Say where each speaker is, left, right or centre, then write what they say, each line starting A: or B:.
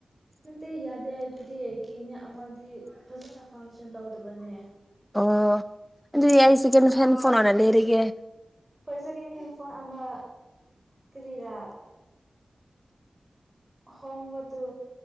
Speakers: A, on the right; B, in the centre.
A: ꯅꯠꯇꯦ ꯌꯥꯗꯦ ꯑꯗꯨꯗꯤ ꯀꯤꯅꯤ ꯑꯃꯗꯤ ꯐꯖꯅ ꯐꯪꯁꯟ ꯇꯧꯗꯕꯅꯦ
B: ꯑꯣ ꯑꯗꯨꯗꯤ ꯑꯩ ꯁꯦꯀꯦꯟ ꯍꯦꯟ ꯐꯣꯟꯅ ꯂꯩꯔꯒꯦ
A: ꯍꯣꯏ ꯁꯦꯀꯦꯟ ꯍꯦꯟ ꯐꯣꯟ ꯑꯃ ꯀꯔꯤꯔꯥ ꯍꯣꯡꯕꯗꯨ